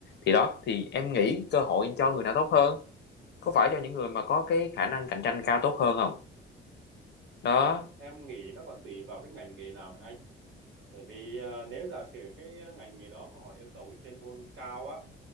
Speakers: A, on the left; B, on the right.
A: thì đó thì em nghĩ cơ hội cho người nào tốt hơn có phải cho những người mà có cái khả năng cạnh tranh cao tốt hơn không? Đó.
B: em nghĩ nó còn tùy vào cái ngành nghề nào nữa anh bởi vì ờ, nếu giả sử cái ngành nghề đó mà họ yêu cầu cái chuyên môn cao á